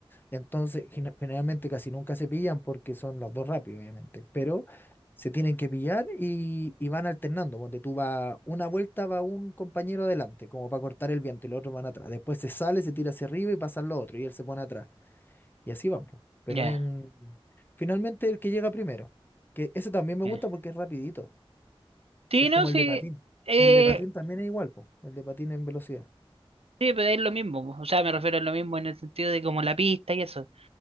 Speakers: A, on the left; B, on the right.
A: Entonces, gene- generalmente casi nunca se pillan porque son las dos rápidas, obviamente, pero se tienen que pillar y, y van alternando, donde tú vas, una vuelta va un compañero adelante, como para cortar el viento, y los otros van atrás. Después se sale, se tira hacia arriba y pasan los otros, y él se pone atrás. Y así van, pues. Pero
B: ya,
A: en, finalmente el que llega primero, que eso también me
B: ya.
A: gusta porque es rapidito.
B: Sí,
A: Es
B: no,
A: como
B: sí.
A: el de patín.
B: Eh,
A: El de patín también es igual, po. El de patín en velocidad.
B: sí, pero es lo mismo. O sea, me refiero a lo mismo en el sentido de como la pista y eso.